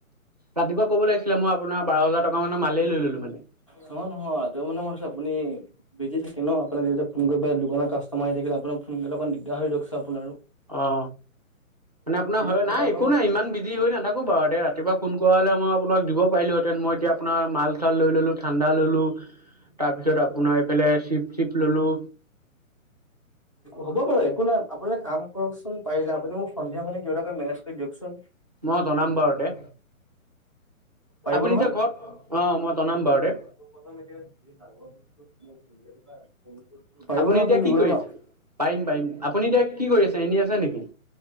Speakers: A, on the right; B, on the left.
A: ৰাতিপুৱা ক'ব লাগিছিলে মইআপোনাৰ বাৰ হাজাৰ টকা মানে মাল লৈলো মানে
B: নহয় নহয় ত মানে মইছো আপুনি বিজি থাকে ন আপুনি নিজয়া ফোন কৰিব দোকান কাষ্টমাৰ আহ থাকিলে আপোনাক ফোন কৰিলে অকণ দিগাৰ দিয়কোন আপোনাৰ আৰু
A: অ মানে আপোনাৰ হয়
B: ফোন
A: নাই
B: এটা
A: একো
B: কৰোঁ।
A: নাই ইমান বিজি হয় না থাকোঁ বাৰু এতি ৰাতিপুৱা ফোন কৰা হলে মই আপাকিব পাৰিলোহেঁতেন মই এতিয়া আপোনাৰ মাল চাল লৈ ল'লো ঠাণ্ডা ল'লোঁ তাৰপিছত আপোনাৰ এইফালে চিপ চিপ ল'লোঁ
B: হ'ব বাৰু একো নাই আপুনি এটা কাম কৰকচোন পাৰিলে আপুনি মোক সন্ধিয়া মানে কিবাকৈ মেনেজ কৰি দিয়কচোন
A: মই জনাম বাৰু দে
B: পাৰিব
A: আপুনি
B: নহয়
A: এতিয়া ঘৰত অ মই জনাম বাৰু দে
B: <unintelligible>
A: আপুনি
B: নহয়
A: এতিয়া কি
B: দিবলৈ
A: কৰিছে
B: ন?
A: পাৰিম পাৰিম আপুনি এতিয়া কি কৰি আছে এনে আছে নেকি